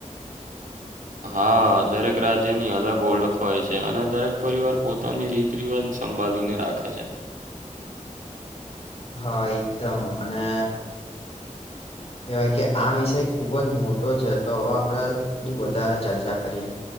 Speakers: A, on the right; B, on the left.
A: હા દરેક રાજ્યની અલગ ઓળખ હોય છે અને દરેક પરિવાર પોતાની રીત જીવન સંભાળીને રાખે છે
B: હા એકદમ અને કેવાય કે આ વિષય ખુબ જ મોટો છે તો હવે આપડે થોડી વધારે ચર્ચા કરીએ